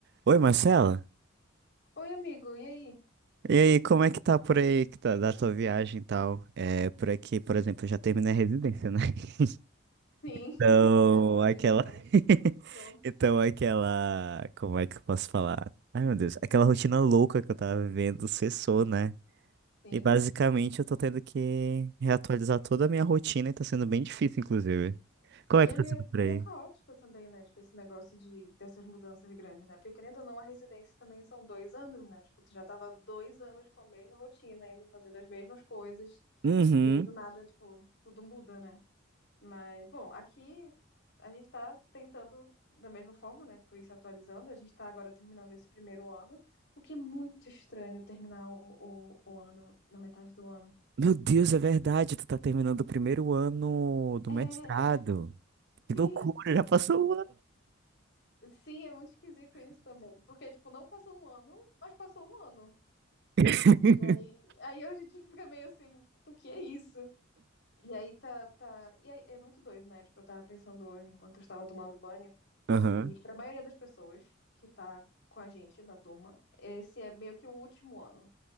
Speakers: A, on the right; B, on the left.
A: Oi, Marcela.
B: Oi, amigo, e aí?
A: E aí, como é que tá por aí, que tá, da tua viagem e tal? É, por aqui, por exemplo, eu já terminei a residência, né? <laughs>
B: Sim,
A: Então,
B: <laughs> graças a
A: aquela...
B: Deus, mas
A: <laughs>
B: pronto,
A: Então, aquela... Como é que eu posso falar? Ai, meu Deus. Aquela rotina louca que eu tava vivendo cessou, né?
B: sim.
A: E basicamente eu tô tendo que reatualizar toda a minha rotina e tá sendo bem difícil, inclusive. Como
B: E
A: é que
B: é
A: tá
B: meio,
A: sendo
B: meio
A: por aí?
B: caótico também, né? Tipo, esse negócio de, dessas mudanças grandes, né? Porque querendo ou não, a residência também são dois anos, né? Tipo, tu já tava dois anos com a mesma rotina, ainda fazendo as mesmas coisas.
A: Uhum.
B: E aí, do nada, tipo, tudo muda, né? Mas, bom, aqui a gente tá tentando da mesma forma, né? Tipo, ir se atualizando. A gente tá agora terminando esse primeiro ano, o que é muito estranho terminar o, o, o ano na metade do ano.
A: Meu Deus, é verdade. Tu tá terminando o primeiro ano do
B: É,
A: mestrado.
B: <laughs>
A: Que
B: sim,
A: loucura, já passou um
B: sim, é muito esquisito isso também. Porque, tipo, não passou um ano, mas passou um ano.
A: <laughs>
B: E aí, aí a gente fica meio assim, o que é isso? E aí tá, tá. E aí, é muito doido, né? Tipo, eu tava pensando hoje, enquanto eu estava tomando banho,
A: Aham.
B: que pra maioria das pessoas que tá com a gente na turma, esse é meio que o último ano.